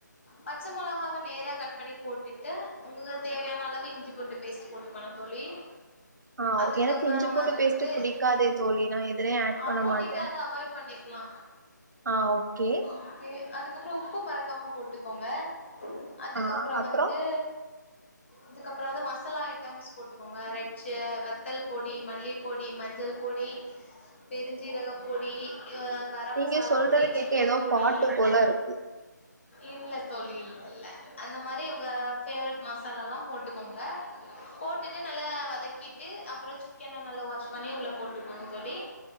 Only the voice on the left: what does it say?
பச்சை மொளகாவ நேரா கட் பண்ணி போட்டுட்டு உங்குக்கு தேவையான அளவு இஞ்சி பூண்டு பேஸ்ட் போட்டுக்கணு தோழி
அதுக்கப்புறம்
வந்து
அப்போ
நீங்க அத அவாய்ட் பண்ணிக்லா
ஓகே அதுக்கப்றோ உப்பு மறக்காம போட்டுக்கோங்க அதுக்கப்பறோ
வந்து அதுக்கப்பறோ வந்து மசாலா ஐட்டம்ஸ் போட்டுக்கோங்க ரெட்ச்சு வத்தல் பொடி மல்லி பொடி மஞ்சள் பொடி பெருஞ்சீரக பொடி ஹ கரம்
மசாலா
பொடி
சிக்கன்
பொடி
இல்ல தோழி இல்ல இல்ல அந்த மாரி உங்க பேவரட் மசாலால்லா போட்டுக்கோங்க போட்டுட்டு நல்லா வதக்கிட்டு அப்புறோ சிக்கன நல்லா வாஷ் பண்ணி உள்ள போட்டுக்கோங்க தோழி